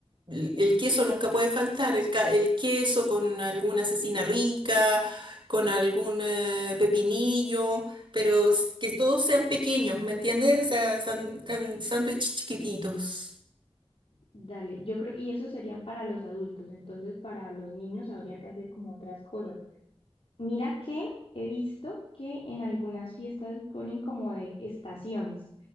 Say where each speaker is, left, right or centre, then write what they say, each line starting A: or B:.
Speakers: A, on the right (about 50°); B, on the left (about 65°).
A: El el queso nunca puede faltar, el, ca- el queso con alguna cecina rica, con algún eh, pepinillo, pero s- que todos sean pequeños, ¿me entiendes? O sea, san- tan- sándwich chiquititos.
B: Dale, yo creo, y esos serían para los adultos, entonces para los niños habría que hacer como otras cosas. Mira que he visto que en algunas fiestas ponen como de estaciones,